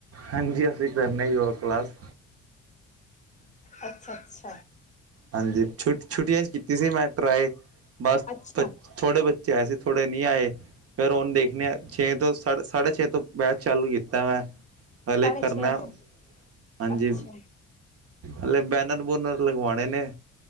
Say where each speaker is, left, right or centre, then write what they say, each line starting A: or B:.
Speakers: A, on the right; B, on the left.
A: ਹਾਂਜੀ ਅਸੀਂ ਕਰਨੇ ਯੋਗਾ ਕਲਾਸ।
B: ਅੱਛ ਅੱਛ।
A: ਹਾਂਜੀ। ਛੁ ਛੁੱਟੀਆਂ ਚ ਕੀਤੀ ਸੀ ਮੈਂ ਟਰਾਈ ਬਸ
B: ਅੱਛਾ-ਅੱਛਾ।
A: ਫ ਥੋੜੇ ਬੱਚੇ ਆਏ ਸੀ ਥੋੜੇ ਨੀ ਆਏ ਫੇਰ ਓਨ ਦੇਖਣੇ ਆ ਛੇ ਤੋਂ ਸਾਢ ਸਾਢੇ ਛੇ ਤੋਂ ਬੈਚ ਚਾਲੂ ਕੀਤੈ ਮੈਂ ਪਹਿਲੇ
B: ਸਾਢੇ
A: ਕਰਨਾ
B: ਛੇ ਤੋਂ,
A: ਹਾਂਜੀ
B: ਅੱਛਾ।
A: ਹਲੇ ਬੈਨਰ ਬੂਨਰ ਲਗਵਾਣੇ ਨੇ